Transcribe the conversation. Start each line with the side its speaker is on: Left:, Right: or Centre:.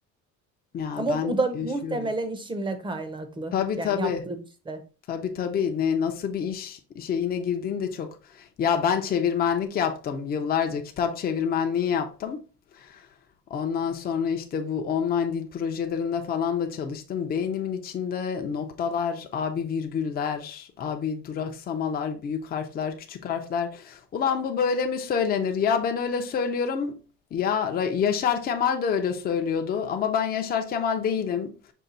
Left: Ya
Right: Ama
Left: ben
Right: bu da
Left: yaşıyorum.
Right: muhtemelen işimle kaynaklı.
Left: Tabii
Right: Yani
Left: tabii.
Right: yaptığım işte.
Left: Tabii tabii. Ne nasıl bir iş şeyine girdiğinde çok. Ya ben çevirmenlik yaptım yıllarca. Kitap çevirmenliği yaptım. Ondan sonra işte bu online dil projelerinde falan da çalıştım. Beynimin içinde noktalar, abi virgüller, abi duraksamalar, büyük harfler, küçük harfler. Ulan bu böyle mi söylenir? Ya ben öyle söylüyorum. Ya Ra- Yaşar Kemal de öyle söylüyordu ama ben Yaşar Kemal değilim.